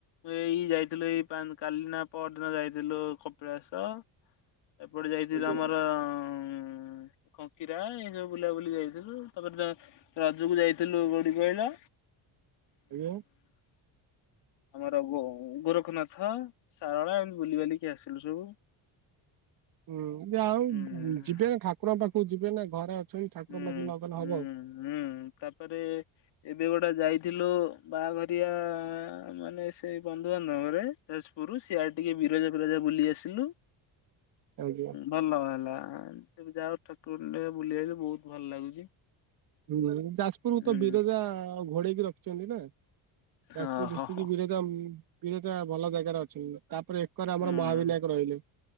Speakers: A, on the left; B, on the right.
A: ଏଇ ଯାଇଥିଲୁ ଏଇ କାଲିନା ପରଦିନ ଯାଇଥିଲୁ କପିଳାସ। ଏପଟେ ଯାଇଥିଲୁ
B: ଆଜ୍ଞା
A: ଆମର ଅ କଙ୍କିରା ଏଇ ସବୁ ବୁଲାବୁଲି ଯାଇଥିଲୁ ତାପରେ ଯା ରଜକୁ ଯାଇଥିଲୁ କୋଉଠି କହିଲ?
B: ଆଜ୍ଞା।
A: ଆମରୋ ଗୋ ଗୋରଖନାଥ ସାରଳା ଏମିତି ବୁଲିବାଲିିକି ଆସିଲୁ ସବୁ।
B: ହୁଁ ଆଉ
A: ହୁଁ।
B: ଯିବେ ନା ଠାକୁରଙ୍କ ପାଖକୁ ଯିବେ ନା ଘରେ ଅଛ ଠାକୁଙ୍କ
A: ହୁଁ
B: ପାଖରେ ନଗଲେ
A: ହୁଁ
B: ହବ।
A: ହୁଁ ତାପରେ ଏବେ ଗୋଟେ ଯାଇଥିଲୁ ବାହାଘରିଆ ମାନେ ସେଇ ବନ୍ଧୁବାନ୍ଧବରେ। ଯାଜପୁରୁ ସେଆଡେ ଟିକେ ବିରଜା ଫିରଜା ବୁଲି ଆସିଲୁ।
B: ଆଜ୍ଞା
A: ଭଲ ହେଲା ଯାଅ ଠାକୁରଙ୍କୁ ଟେ ବୁଲିଆଇଲୁ ବହୁତ ଭଲ ଲାଗୁଛି।
B: ହୁଁ ଯାଜପୁରକୁ
A: ହୁଁ
B: ତ ବିରଜା ଘୋଡେଇକି ରଖିଛନ୍ତି ନା
A: ହଁ
B: ଯାଜପୁର ଡିଷ୍ଟ୍ରିକ୍ଟ
A: ହଁ
B: ବିରଜା <unintelligible> ବିରଜା ଭଲ ଜାଗାରେ ଅଛନ୍ତି ତାପରେ ଏକରେ ଆମର
A: ହଁ
B: ମହାବିନାୟକ ରହିଲେ